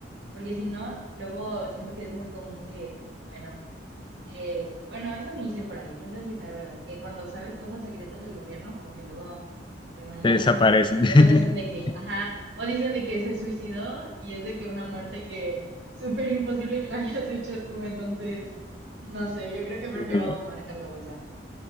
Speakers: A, on the right; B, on the left.
A: porque si no, luego siento que es muy común que, bueno. Que, bueno, eso dicen por ahí, quién sabe si sea verdad, que cuando sabes cosas secretas del gobierno, como que luego te mandan
B: Te desaparecen.
A: matar. Y luego dicen de que,
B: <laughs>
A: ajá, o dicen de que se suicidó y es de que una muerte que <laughs> súper imposible que la hayas hecho tú, entonces, no sé, yo creo que prefiero
B: Pero,
A: manejar la bolsa.